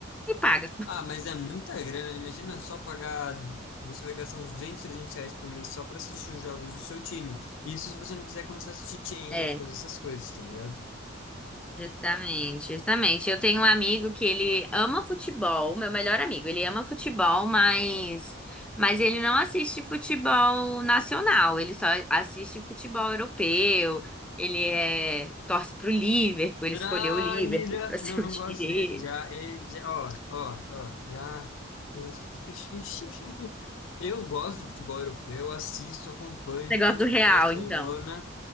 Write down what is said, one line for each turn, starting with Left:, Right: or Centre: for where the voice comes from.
Centre: e paga.
Left: Ah, mas é muita grana. Imagina só pagar. Você vai gastar uns 200, 300 reais por mês só para assistir os jogos do seu time. Isso se você não quiser começar a assistir Champions,
Centre: É.
Left: essas coisas, tá ligado?
Centre: Justamente, justamente. Eu tenho um amigo que ele ama futebol, meu melhor amigo. Ele ama futebol, mas, mas ele não assiste futebol nacional. Ele só assiste futebol europeu. Ele é, torce pro Liverpool. Ele
Left: Traíra!
Centre: escolheu o Liverpool pra <laughs> ser
Left: Não, não
Centre: o time
Left: gosto
Centre: dele.
Left: dele. Já, ele, já, ó, ó, ó, já. <laughs> Eu gosto de futebol europeu, assisto, acompanho,
Centre: Negócio
Left: torço
Centre: do Real,
Left: pro Barcelona.
Centre: então.